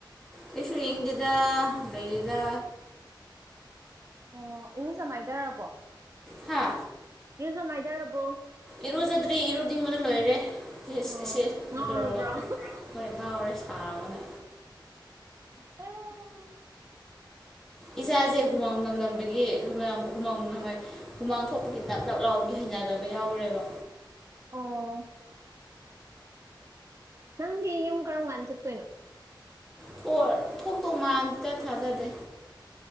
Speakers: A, in the centre; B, on the right.
A: ꯀꯩꯁꯨ ꯌꯦꯡꯗꯦꯗ ꯂꯩꯌꯦꯗ
B: ꯑꯣ ꯏꯔꯨꯖ ꯃꯥꯏꯗꯔꯕꯣ
A: ꯍꯥ
B: ꯢꯔꯨꯖ ꯃꯥꯏꯗꯔꯕꯣ
A: ꯏꯔꯨꯖꯗ꯭ꯔꯤ ꯏꯔꯨꯅꯤꯡꯕꯅ ꯂꯣꯏꯔꯦ ꯏꯁ
B: ꯑꯣ
A: ꯢꯁ ꯢꯁ
B: ꯉꯥꯎꯔꯕ꯭ꯔꯣ
A: ꯀꯗꯧꯔꯕ ꯍꯣꯏ ꯉꯥꯎꯔꯦ ꯁꯥꯕꯅ
B: ꯑꯥ
A: ꯏꯁꯥꯁꯦ ꯍꯨꯃꯥꯡ ꯃꯅꯝ ꯅꯝꯕꯒꯤ ꯍꯨꯃꯥꯡ ꯍꯨꯃꯥꯡ ꯍꯨꯃꯥꯡ ꯊꯣꯛꯄꯒꯤ ꯅꯞ ꯅꯞ ꯂꯥꯎꯕꯒꯤ ꯍꯩ ꯍꯩꯅꯗꯕ ꯌꯥꯎꯔꯦꯕ
B: ꯑꯣ ꯅꯪꯗꯤ ꯌꯨꯝ ꯀꯔꯝ ꯀꯥꯟꯗ ꯆꯠꯇꯣꯏꯅꯣ
A: ꯊꯣꯛ ꯊꯣꯛꯇꯧ ꯃꯥꯟꯗꯦ ꯊꯥꯖꯗꯦ